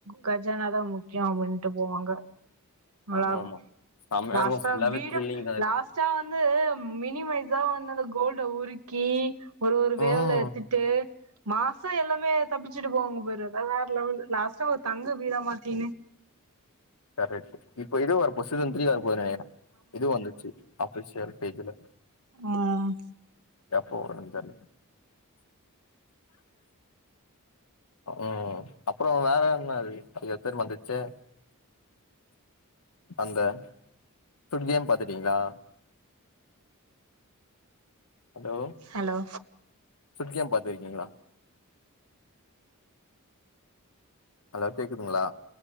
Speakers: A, on the right; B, on the left.
A: கஜானாதா முக்கிய அப்படின்ட்டு போவாங்க நல்லா
B: ஆமா
A: இருக்கு
B: ஆமா செமையா
A: லாஸ்ட்டா
B: இருக்கு ஃபுல்லாவே
A: வீட
B: த்ரில்லிங் தா அதுல
A: லாஸ்டா வந்து மினிமைஸா வந்து அந்த கோல்ட உருக்கி ஒரு ஒரு வேவ்ல
B: ம்
A: எத்துட்டு மாசா எல்லா மே தப்பிச்சுட்டு போவாங்க போயரு வேற லெவல்லு லாஸ்ட் சோ ஒரு தங்க வீராமாத்தி
B: கரெக்ட்டு இப்ப இது வரப்போ சீசன் த்ரீ வர போது நெனைக்கிறே இது வந்துர்ச்சு அஃபிஷியல் டருட் பேஜுல
A: ஆஹ்
B: எப்ப வருன் தெர்ல ஆஹ் அப்றோ வேற என்னது ஐயோ பேரு மறந்துர்சே அந்த ஃபுட் கேம் பாத்துடீங்ளா ஹலோ
A: ஹலோ
B: ஃபுட் கேம் பாத்துருக்கீங்ளா ஹலோ கேக்குதுங்ளா